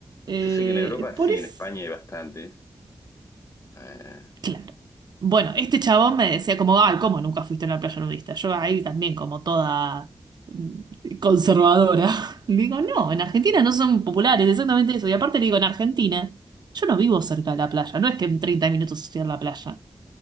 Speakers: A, on the right; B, on the left.
A: Eh,
B: yo sé que en Europa sí,
A: por eso.
B: en España hay bastantes. Eh,
A: Claro. Bueno, este chabón me decía como, ay, ¿cómo nunca fuiste a una playa nudista? Yo ahí también como toda mm, conservadora. <laughs> Le digo, no, en Argentina no son populares, exactamente eso. Y aparte le digo, en Argentina, yo no vivo cerca de la playa, no es que en 30 minutos estoy en la playa.